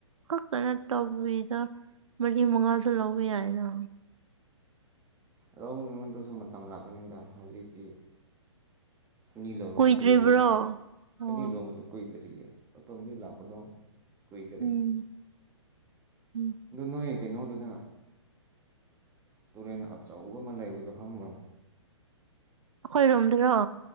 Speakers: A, on the right (about 80°); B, on the right (about 15°).
A: ꯈꯛꯇꯅ ꯇꯧꯔꯤꯗ ꯃꯔꯤ ꯃꯉꯥꯁꯨ ꯂꯧꯕ ꯌꯥꯏꯗ
B: ꯂꯧꯗꯨꯅꯗꯨꯁꯨ ꯃꯇꯝ ꯂꯥꯛꯀꯅꯤꯗ ꯍꯧꯖꯤꯛꯇꯤ ꯑꯅꯤ ꯂꯣꯟꯝꯕꯁꯨ
A: ꯀꯨꯏꯗ꯭ꯔꯤꯕ꯭ꯔꯣ
B: ꯀꯨꯏꯗ꯭ꯔꯤ
A: ꯑꯣ
B: ꯑꯅꯤ ꯂꯣꯟꯕꯗꯣ ꯀꯨꯏꯗ꯭ꯔꯤꯌꯦ ꯑꯇꯣꯝꯕꯤ ꯂꯥꯛꯄꯗꯣ ꯀꯣꯏꯗꯔꯤ
A: ꯎꯝ ꯎꯝ
B: ꯑꯗꫭ ꯅꫭꯏ ꯀꯩꯅꯣ ꯗꯨꯅ ꯇꯨꯔꯦꯟ ꯑꯆꯧꯕ ꯑꯃ ꯂꯩꯕꯗꯣ ꯈꯪꯕ꯭ꯔꯣ
A: ꯑꯩꯈꯣꯏꯔꯣꯝꯗꯔꯣ